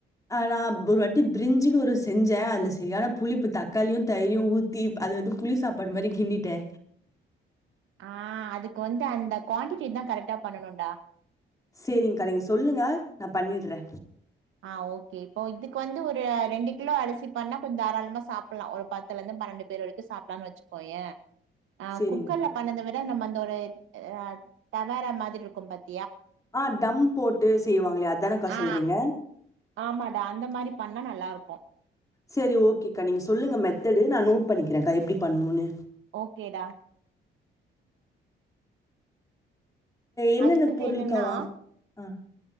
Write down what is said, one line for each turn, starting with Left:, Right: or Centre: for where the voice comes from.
Left: ஆனா ப்ர் ஒரு வாட்டி பிரிஞ்ஜுன்னு ஒரு செஞ்சே அதுல செரியானா புளிப்பு தக்காளியூ தயிரயூ ஊத்தி அது வந்து புளி சாப்பாடு மாரி கிண்டிட்டே
Right: ஆ அதுக்கு வந்து அந்த குவான்டிட்டி தா கரெக்டா பண்ணணூன்டா
Left: செரிங்க்கா நீங்க சொல்லுங்க நா பண்ணிட்றே
Right: ஆ ஓகே இப்போ இதுக்கு வந்து ஒரு ரெண்டு கிலோ அரிசி பண்ணா கொஞ்ச் தாராளமா சாப்ட்லா ஒரு பத்துலேந்து பன்னெண்டு பேர் வரைக்கூ சாப்ட்லான்னு வச்சுக்கோயே ஆ
Left: சரிங்கக்கா.
Right: குக்கர்ல பண்ணத விட நம்ம அந்த ஒரு ஆ தவேரா மாத்ரி இருக்கூ பாத்
Left: ஆ தம் போட்டு செய்வாங்ளே அதானக்கா
Right: ஆ
Left: சொல்றீங்க
Right: ஆமாடா அந்த மாரி பண்ணா நல்லாருக்கூ
Left: செரி ஓகேக்கா நீங்க சொல்லுங்க மெத்தடு நா நோட் பண்ணிக்கிறேங்க்கா எப்டி பண்ணூனு
Right: ஓகேடா
Left: என்னென்ன
Right: அது வந்து
Left: பொருளுக்கா
Right: என்னன்னா
Left: வா ஆ